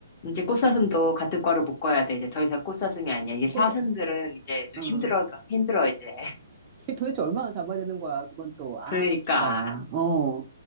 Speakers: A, on the left; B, on the right.
A: 이제 꽃사슴도 같은 과로 묶어야 돼. 이제 더 이상 꽃사슴이 아니야. 이게 사슴들은
B: 꽃사,
A: 이제 좀
B: 어.
A: 힘들어,
B: <laughs>
A: 힘들어, 이제. <laughs>
B: 걔 도대체 얼마나 잡아야 되는 거야, 그건 또. 아,
A: 그러니까.
B: 진짜. 어.